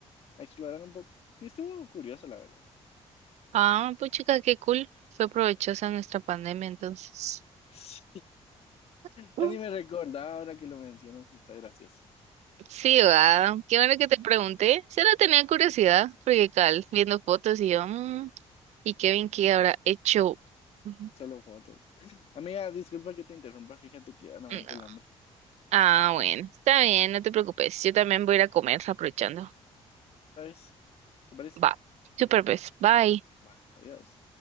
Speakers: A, on the left; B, on the right.
A: a explorar un poco. Y estuvo curioso, la verdad.
B: Ah, puchica, qué cool. Fue provechosa nuestra pandemia entonces.
A: <laughs> Sí.
B: <laughs>
A: Ya ni me recordaba ahora que lo mencionas, está gracioso.
B: Sí, va. Qué bueno que te pregunté. Solo tenía curiosidad, porque cal, viendo fotos y yo, "Mm, ¿y Kevin qué habrá hecho? Ujú.
A: Solo fotos. Amiga, disculpa que te interrumpa, fíjate que ya no aguanto
B: No.
A: el hambre.
B: Ah, bueno, está bien, no te preocupes. Yo también voy a ir a comer aprovechando.
A: ¿Sabes? ¿Te parece?
B: Va. Super, pues. Bye.
A: Va, adiós.